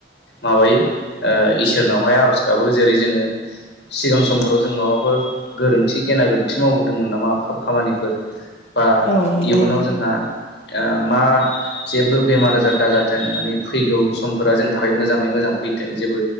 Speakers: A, on the left; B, on the left.
A: माबायो ओ इसोरनावहाय आर'ज गाबो जेरै जोङो सिगां समफोराव जों माबाफोर गोरोन्थि एसे गेना गोरोन्थि मावबोदोंमोन नामा खामानिफोर बा
B: औ नंगौ
A: इयुनाव
B: नोंथां
A: जोंहा ओ मा जेबो बेमार आजार दाजाथों माने फैगौ समफोरा जोंनि थाखाय मोजाङै मोजां फै जेबो